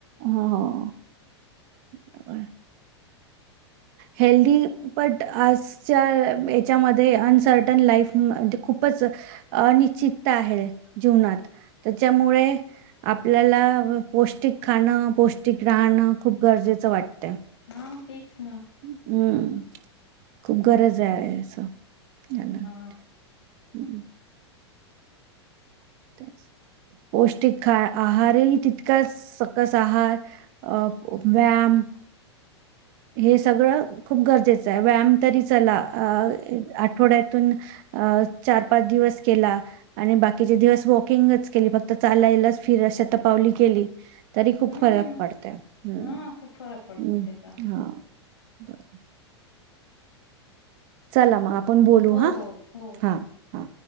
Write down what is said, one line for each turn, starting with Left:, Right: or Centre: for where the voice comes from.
Right: हं. <unintelligible> हेल्दी बट आजच्या याच्यामध्ये अनसर्टन लाईफ म आधी खूपच अनिश्चितता आहे. जीवनात त्याच्यामुळे आपल्याला पौष्टिक खाणं पौष्टिक राहणं खूप गरजेचं वाटतय.
Left: हा. तिच ना.
Right: हम्म. खूप गरज आहे असं <unintelligible>
Left: हा
Right: हम्म. तेच. पौष्टिक काय आहार? हेही तितकंच सकस आहार अ व्यायाम हे सगळं खूप गरजेचे आहे व्यायाम तरी चला आ आठवड्यातून आ चार-पाच दिवस केला आणि बाकीचे दिवस वॉकिंगच केली फक्त चालायलाच फिरस शतपावली केली. तरी खूप
Left: हम्म
Right: फरक पडते हम्म
Left: हा खूप फरक पडतो
Right: हम्
Left: ते तर
Right: हा ह. चला म आपण बोलू
Left: हो
Right: हा
Left: हो हो
Right: हा.